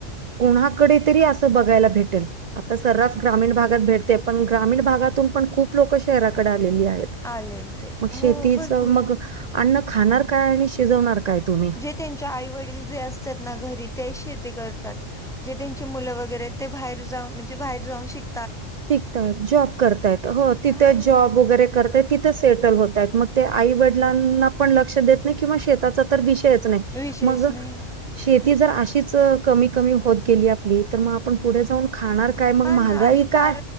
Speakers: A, on the right (about 65°); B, in the centre.
A: उन्हाकडे तरी असं बघायला भेटेल आता सरा ग्रामीण भागात भेटते पण ग्रामीण भागातून पण खूप लोक शहराकडे आलेली आहेत.
B: आलेल ते
A: मग शेतीचा
B: हो भरपूर
A: मग अन्न खाणार काय आणि शिजवणार काय तुम्ही.
B: ते त्यांच्या आई वडील जे असतात ना घरी ते शेती करतात. जे त्यांची मुलं वगैरे आहेत ते बाहेर जाऊन म्हणजे बाहेर जाऊन शिक
A: शिकताय जॉब करतायत हो तिथे
B: हा
A: जॉब वगैरे करतेयत तिथे सेटल होतात मग ते आई वडिलांना पण लक्ष देत नाही किंवा मग शेताचा तर विषयच नाही
B: विषयच
A: मग
B: नाही
A: शेती जर अशीच कमी कमी होत गेली आपली. तर मग आपण पुढे जाऊन खाणार काय? काय मग
B: हा
A: महागाई
B: ना आणि पार
A: का